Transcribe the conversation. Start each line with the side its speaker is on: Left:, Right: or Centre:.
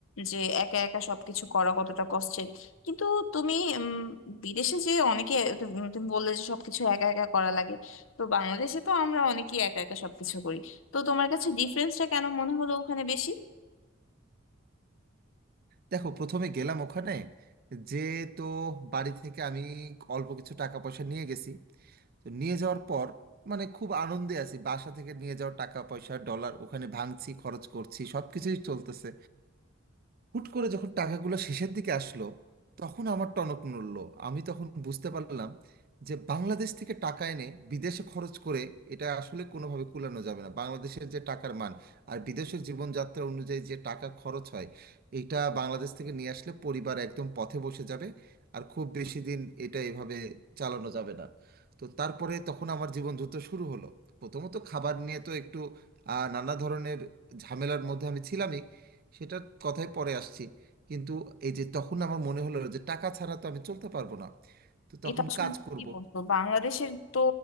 Left: যে একা একা সবকিছু করা কতটা কষ্টের কিন্তু তুমি উম, বিদেশে যে অনেকে তুমি তুমি বললে যে সবকিছু একা একা করা লাগে তো বাংলাদেশে তো আমরা অনেকেই একা একা সবকিছু করি তো তোমার কাছে ডিফারেন্সটা কেন মনে হলো ওখানে বেশি
Right: দেখো প্রথমে গেলাম ওখানে যে তো বাড়ি থেকে আমি অল্প কিছু টাকা পয়সা নিয়ে গেছি তো নিয়ে যাওয়ার পর মানে খুব আনন্দে আছি বাসা থেকে নিয়ে যাওয়া টাকা পয়সা ডলার ওখানে ভাঙছি খরচ করছি সব কিছুই চলতেছে হুট করে যখন টাকাগুলো শেষের দিকে আসলো তখন আমার টনক নড়লো আমি তখন বুঝতে পারলাম যে বাংলাদেশ থেকে টাকা এনে বিদেশে খরচ করে এটা আসলে কোনোভাবে কুলানো যাবে না বাংলাদেশের যে টাকার মান আর বিদেশের জীবনযাত্রা অনুযায়ী যে টাকা খরচ হয় এটা বাংলাদেশ থেকে নিয়ে আসলে পরিবার একদম পথে বসে যাবে আর খুব বেশি দিন এটা এভাবে চালানো যাবে না তো তারপরে তখন আমার জীবন যুদ্ধ শুরু হলো প্রথমত খাবার নিয়ে তো একটু আহ, নানা ধরনের ঝামেলার মধ্যে আমি ছিলাম সেটার কথায় পরে আসছি কিন্তু এই যে তখন আমার মনে হলো যে টাকা ছাড়া তো আমি চলতে পারবো না তো তখন
Left: এটা আসলে
Right: কাজ করব
Left: কি বলতো বাংলাদেশের তো